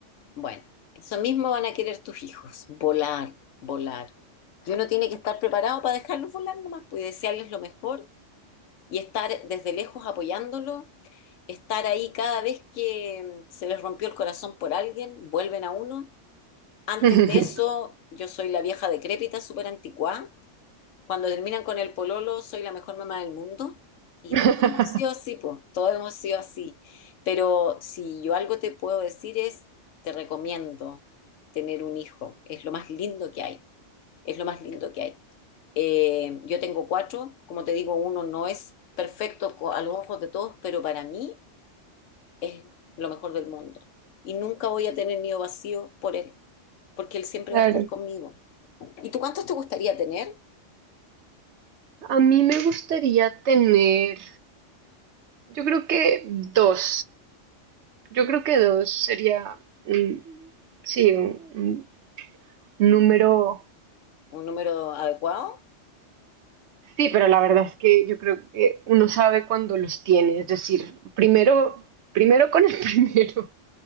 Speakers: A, on the left; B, on the right.
A: Bueno, eso mismo van a querer tus hijos, volar, volar. Y uno tiene que estar preparado para dejarlos volar nomás, pues y desearles lo mejor y estar desde lejos apoyándolo, estar ahí cada vez que mm, se les rompió el corazón por alguien, vuelven a uno. Antes
B: <laughs>
A: de eso, yo soy la vieja decrépita, súper anticuada, cuando terminan con el pololo, soy la mejor mamá del mundo. Y
B: <laughs>
A: todos hemos sido así, po, todos hemos sido así. Pero si yo algo te puedo decir es, te recomiendo tener un hijo. Es lo más lindo que hay. Es lo más lindo que hay. Eh, yo tengo cuatro, como te digo, uno no es perfecto co- a los ojos de todos, pero para mí es lo mejor del mundo. Y nunca voy a tener nido vacío por él, porque él siempre
B: Claro.
A: va a estar conmigo. ¿Y tú cuántos te gustaría tener?
B: A mí me gustaría tener, yo creo que dos, yo creo que dos sería, un- sí, un, un número,
A: ¿Un número adecuado?
B: sí, pero la verdad es que yo creo que uno sabe cuando los tiene, es decir, primero, primero con el <laughs> primero